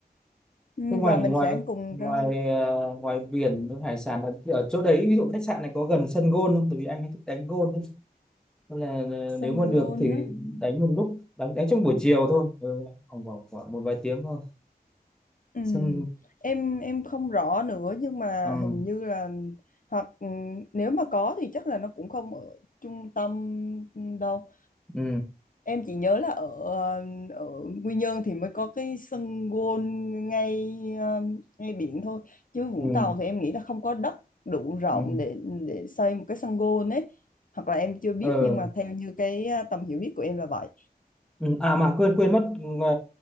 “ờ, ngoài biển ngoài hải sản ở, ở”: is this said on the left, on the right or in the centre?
Centre